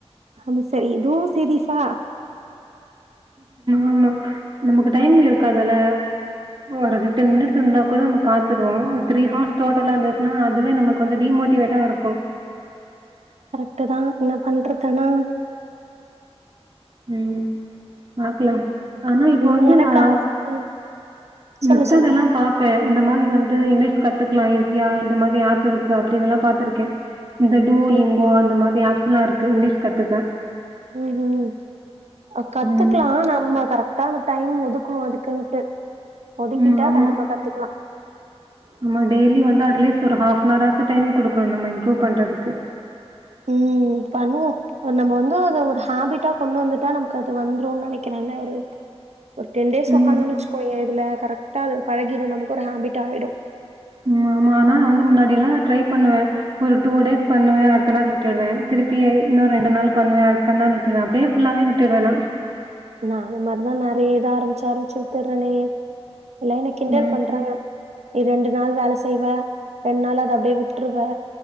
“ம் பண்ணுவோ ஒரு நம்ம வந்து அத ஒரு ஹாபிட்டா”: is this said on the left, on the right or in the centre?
Right